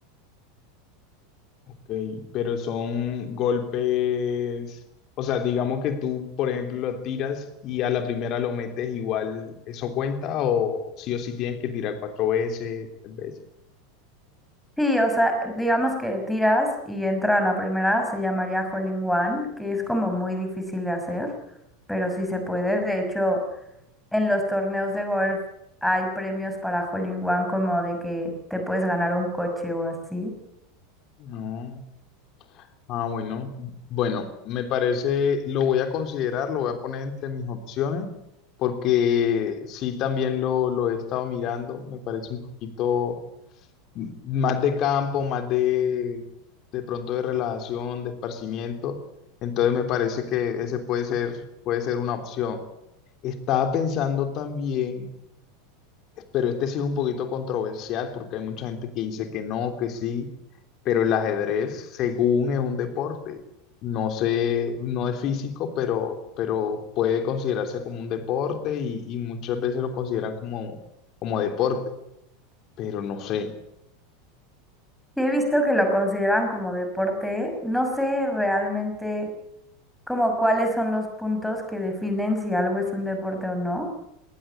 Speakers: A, on the left (about 40°); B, in the centre.
A: Ok, pero son golpes, o sea, digamos que tú, por ejemplo, lo tiras y a la primera lo metes igual, ¿eso cuenta o sí o sí tienes que tirar cuatro veces, tres veces?
B: Sí, o sea, digamos que tiras y entra la primera, se llamaría Hole in One, que es como muy difícil de hacer, pero sí se puede. De hecho, en los torneos de golf hay premios para Hole in One, como de que te puedes ganar un coche o así.
A: No. Ah, bueno, bueno, me parece, lo voy a considerar, lo voy a poner entre mis opciones, porque sí también lo, lo he estado mirando, me parece un poquito m- más de campo, más de, de pronto de relajación, de esparcimiento. Entonces me parece que ese puede ser, puede ser una opción. Estaba pensando también, pero este sí es un poquito controversial porque hay mucha gente que dice que no, que sí, pero el ajedrez, según es un deporte, no sé, no es físico, pero, pero puede considerarse como un deporte y, y muchas veces lo consideran como, como deporte, pero no sé.
B: Sí, he visto que lo consideran como deporte. No sé realmente como cuáles son los puntos que definen si algo es un deporte o no.